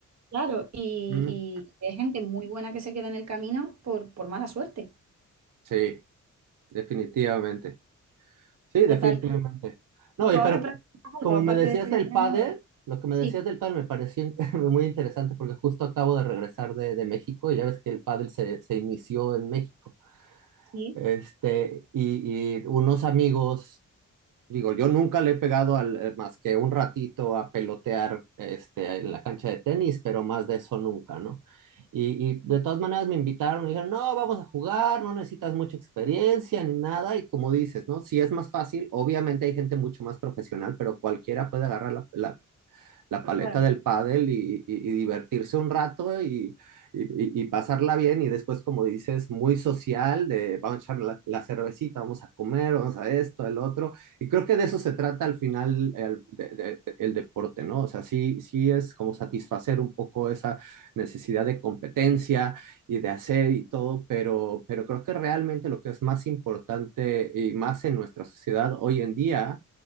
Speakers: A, on the right; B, on the right.
A: claro, y,
B: Mm,
A: y hay gente muy buena que se queda en el camino por, por mala suerte.
B: sí, definitivamente. Sí,
A: Total.
B: definitivamente. No,
A: ¿Y tú
B: y
A: ahora
B: pero
A: practicas algo
B: como
A: aparte
B: me decías
A: de ser
B: del
A: entrenador?
B: pádel, lo que me
A: Sí,
B: decías del pádel me pareció in- <laughs> muy interesante porque justo acabo de regresar de, de México y ya ves que el pádel se, se inició en México.
A: sí,
B: Este, y, y unos amigos Digo, yo nunca le he pegado al, eh, más que un ratito a pelotear este, en la cancha de tenis, pero más de eso nunca, ¿no? Y, y de todas maneras me invitaron, me dijeron, no, vamos a jugar, no necesitas mucha experiencia ni nada, y como dices, ¿no? Si es más fácil, obviamente hay gente mucho más profesional, pero cualquiera puede agarrar la, la la paleta
A: claro,
B: del pádel y, y, y divertirse un rato y, y, y pasarla bien y después, como dices, muy social, de vamos a echar la, la, cervecita, vamos a comer, vamos a esto, el otro. Y creo que de eso se trata al final el, de, de, el deporte, ¿no? O sea, sí, sí es como satisfacer un poco esa necesidad de competencia y de hacer y todo, pero, pero creo que realmente lo que es más importante y más en nuestra sociedad hoy en día